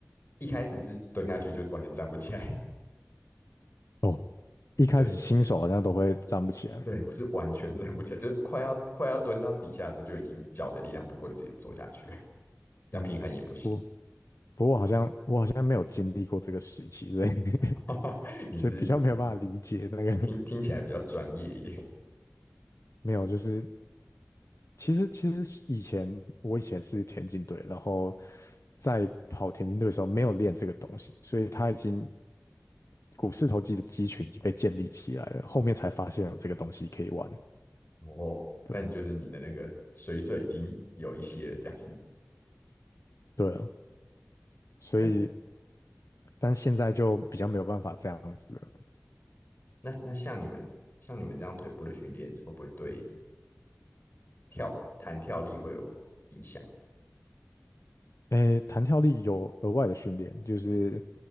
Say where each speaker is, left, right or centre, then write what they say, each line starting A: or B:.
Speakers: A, on the left (about 45°); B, on the left (about 80°).
A: 一开始是蹲下去就完全站不起来，
B: 哦，一开始新手好像都会站不起来，
A: <laughs> 对对，是完全站不起来，就是快要快要蹲到底下的时候，就已经脚的力量不够，就直接坐下去了要平衡也不行。
B: 嗯。不不过好像我好像没有经历过这个时期，所以
A: <laughs>
B: <laughs>
A: 你是你是
B: 所以比较没有办法理解那个
A: 听听起来比较专业一点，
B: <laughs> 没有，就是其实其实以前我以前是田径队，然后在跑田径队的时候没有练这个东西，所以他已经股四头肌的肌群已经被建立起来了，后面才发现有这个东西可以玩，
A: 哦，
B: 对
A: 但你就是你的那个水准已经有一些了，这样。
B: 对啊，所以
A: <laughs> 那
B: 但是现在就比较没有办法这样子了
A: 那那像你们像你们这样腿部的训练，会不会对跳弹跳力会有影响？比
B: 诶，弹跳力有额外的训练，就是